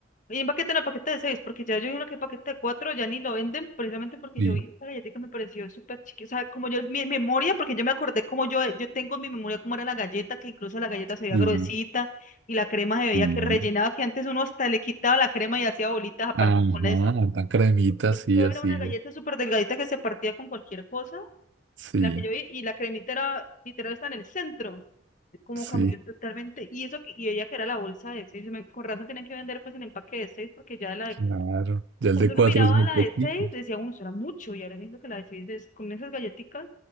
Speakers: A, on the left; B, on the right.
A: Y empaqueten el paquete de seis, porque ya yo vi uno que es paquete de cuatro, ya ni lo venden, precisamente porque
B: Sí,
A: yo vi la galletica me pareció súper chiquita. O sea, como yo, mi memoria, porque yo me acordé como yo, eh, yo tengo en mi memoria cómo era la galleta, que incluso la galleta se veía
B: sí,
A: gruesita y la crema se veía
B: sí.
A: que rellenaba, que antes uno hasta le quitaba la crema y hacía bolitas aparte
B: Ajá,
A: con eso.
B: tan cremita,
A: Esto
B: sí,
A: era
B: así
A: una galleta
B: es.
A: súper delgadita que se partía con cualquier cosa,
B: Sí,
A: la que yo vi, y la cremita era, literal, está en el centro. Cómo
B: sí,
A: cambió totalmente. Y eso que, y ella que era la bolsa de seis, yo me- con razón tenían que vender pues el empaque de seis, porque ya la de
B: claro. Ya el
A: cuando
B: de cuatro
A: uno miraba
B: es muy
A: la
B: poquito.
A: de 6 decía, uno, será mucho, y ahora visto que la de 6 es con esas galletitas,